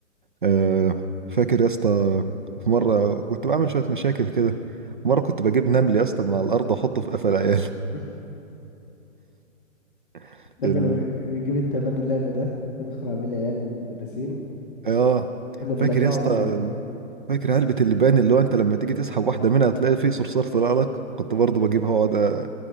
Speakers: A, on the right; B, on the left.
A: آه، فاكر يا اسطى في مرة كنت بعمل شوية مشاكل كده مرة كنت بجيب نمل يا اسطى من على الأرض وأحطه في قفا العيال
B: <laughs>
A: <laughs>
B: احنا
A: ال...
B: كنا بن- بنجيب التبني اللعبة ده ونخرع بيه العيال والمدرسين
A: آه
B: كنا بنلسعهم
A: فاكر يا اسطى
B: بيه
A: فاكر علبة اللبان اللي هو أنت لما تيجي تسحب واحدة منها تلاقي فيه صرصار طلع لك كنت برضه بجيبها وأقعد